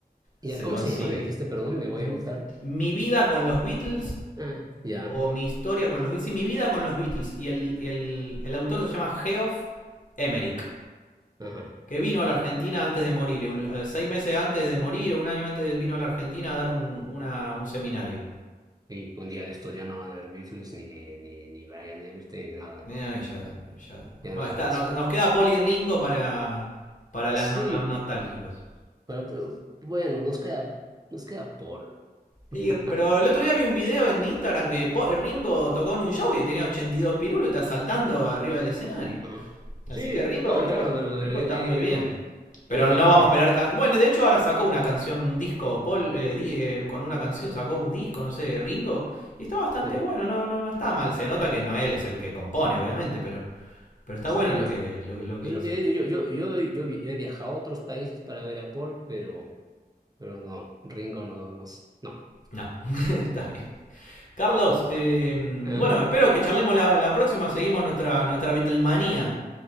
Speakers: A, on the right; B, on the left.
A: Ya,
B: se
A: ¿cómo
B: consigue.
A: se llama? Me dijiste, perdón, me voy
B: M-
A: a gustar.
B: Mi vida con los Beatles
A: Ah, ya.
B: o mi historia con los Beatles. Sí, mi vida con los Beatles. Y el, y el, el autor se llama Geoff Emerick.
A: Ajá.
B: que vino a la Argentina antes de morir, eh, un- eh, seis meses antes de morir, un año antes vino a la Argentina a dar un, una- un seminario.
A: Y un día de estos ya no van a haber Beatles, ni, ni, ni Brian Epstein, ni nada.
B: Ay, ya, ya.
A: Ya nada
B: está,
A: de eso.
B: nos, nos queda Poli Ringo para, para las
A: Sí,
B: no- los nostálgicos.
A: pero, pero, bueno, nos queda, nos queda Paul.
B: Y-
A: <laughs>
B: pero el otro día vi un video en Instagram que Po- eh, Ringo tocó en un show y tenía 82 pirulos y está saltando arriba del escenario.
A: Ah.
B: Así
A: Sí,
B: que Ringo,
A: no,
B: Ringo,
A: claro, pero, pero
B: Ringo
A: yo,
B: está
A: yo digo,
B: muy bien.
A: yo,
B: Pero
A: yo, via-
B: no
A: yo
B: vamos
A: viaja.
B: a esperar. can- Bueno, de hecho, ahora sacó una canción, un disco, Paul, eh, di- eh, con una canción sacó un disco, no sé, Ringo, y está bastante
A: Sí.
B: bueno, no, no, no está mal. Se nota que no él es el que compone, obviamente, pero, pero está
A: Sí,
B: bueno lo que, lo, lo que
A: Es
B: hizo.
A: lo que yo digo, yo, yo, yo, yo, vi- yo he viajado a otros países para ver a Paul, pero, pero no, Ringo no, no, s- no.
B: No, <laughs> está bien. Carlos, eh, bueno,
A: ¿Ah?
B: espero que charlemos la, la próxima. Seguimos nuestra, nuestra Beatlemanía.